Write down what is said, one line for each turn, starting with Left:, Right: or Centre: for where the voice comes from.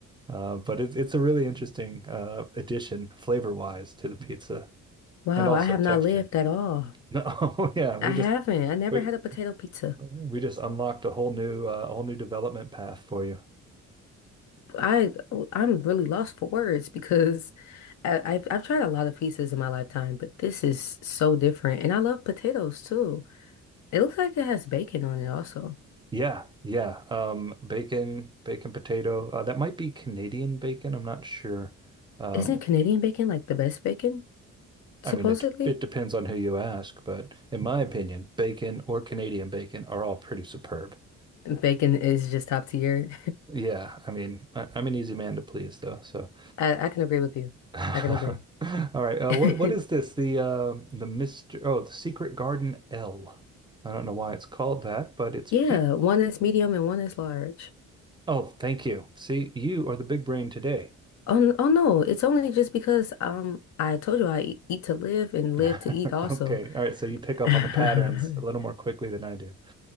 Right: Uh, but it's it's a really interesting uh, addition flavor-wise to the pizza
Left: Wow,
Right: and also
Left: I have
Right: texture.
Left: not lived
Right: <laughs>
Left: at all.
Right: No, yeah, we
Left: I haven't.
Right: just
Left: I never
Right: we
Left: had a potato pizza.
Right: we just unlocked a whole new uh, whole new development path for you.
Left: I I'm really lost for words because I, I've I've tried a lot of pizzas in my lifetime, but this is so different. And I love potatoes too. It looks like it has bacon on it also.
Right: Yeah, yeah. Um, bacon, bacon potato. Uh, that might be Canadian bacon. I'm not sure. Um,
Left: Isn't Canadian bacon like the best bacon, supposedly?
Right: I mean, it it depends on who you ask, but in my opinion, bacon or Canadian bacon are all pretty superb.
Left: Bacon is just top tier.
Right: Yeah, I mean, I, I'm an easy man to please, though. So,
Left: <laughs> I, I can agree with you.
Right: <laughs> all
Left: I can agree.
Right: right. Uh,
Left: <laughs>
Right: what what is this? The uh, the Mr. Oh, the Secret Garden L. I don't know why it's called that, but it's
Left: Yeah,
Right: Pete.
Left: one is medium and one is large.
Right: Oh, thank you. See, you are the big brain today.
Left: Oh, n- oh no, it's only just because um I told you I eat, eat to live and
Right: <laughs>
Left: live to eat also.
Right: Okay. All right. So you pick
Left: <laughs>
Right: up
Left: I'm
Right: on the patterns a little more quickly than I do.